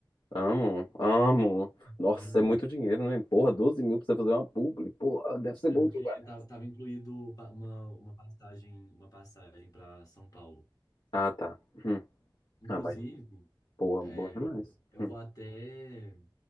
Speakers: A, on the left; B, on the left.
A: amo, amo. Nossa,
B: Uhum.
A: é muito dinheiro, né? Porra, 12 mil pra você fazer uma publi. Porra, deve ser
B: É
A: bom
B: porque
A: demais.
B: ta- tava incluído pa- uma, uma passagem, uma passagem para São Paulo.
A: Ah, tá. Hum.
B: Inclusive,
A: Ah, mas, porra,
B: é,
A: bom demais.
B: eu
A: Hum.
B: vou até